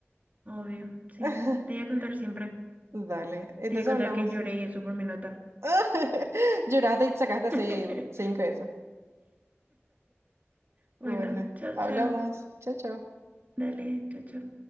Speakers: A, on the right; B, on the right.
A: Obvio. Sí.
B: <laughs>
A: Te voy a contar siempre.
B: Dale, entonces
A: Te voy a contar
B: hablamos.
A: que lloré y eso por mi nota.
B: <laughs> Lloraste y sacaste así
A: <laughs>
B: cinco eso.
A: Bueno,
B: Bueno,
A: chao,
B: hablamos.
A: chao.
B: Chao, chao.
A: Dale, chao, chao.